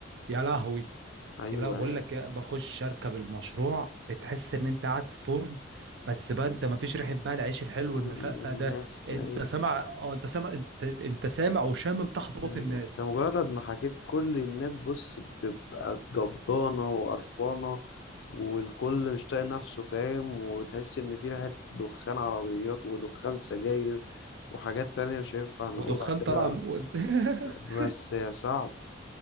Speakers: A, on the right; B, on the left.
A: يا لهوي
B: ايوه
A: يا لا بقول لك إيه، بخش اركب المشروع بتحس ان انت قاعد في فرن بس بقى انت ما فيش ريحه بقى العيش الحلو
B: كل
A: المفقفع
B: الناس
A: ده انت
B: ايه
A: سامع اه انت سامع انت انت سامع وشامم تحت باط
B: انت
A: الناس
B: مجرد ما حكيت كل الناس بص بتبقى جضانة وقرفانة والكل مش طايق نفسه فاهم وتحس ان في ريحة دخان عربيات ودخان سجاير وحاجات تانية مش هينفع نقولها
A: ودخان
B: كده
A: طالع من- <laughs>
B: بس يا صعب